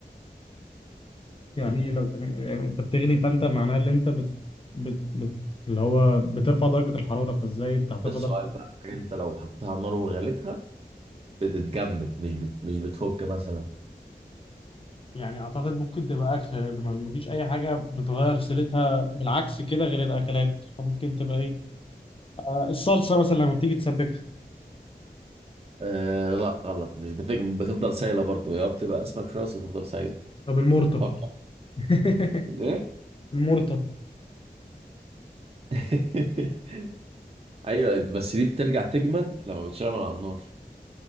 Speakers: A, on the left; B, on the right.
A: يعني ايه لو كان- يعني انت بتغلي فانت معناه ان انت بت... بت... بت... اللي هو بترفع درجة الحرارة فازاي انت هترفع
B: ده السؤال
A: درجة
B: بقى حاجه انت لو حطيتها على النار وغليتها بتتجمد مش بت... مش بتفك مثلا
A: يعني اعتقد ممكن تبقى اكله لان ما ما فيش اي حاجه بتغير سيرتها بالعكس كده غير الاكلات فممكن تبقى ايه آه الصلصه مثلا لما بتيجي تسبكها
B: أه لا غلط مش بتجمد بتفضل سايله برضو يا بتبقى اسمك شويه بس بتفضل سايله
A: طب المرطة
B: فكر
A: <laughs>
B: ايه
A: المرطه
B: <laughs> ايوه بس دي بترجع تجمد لما بتشتغل على النار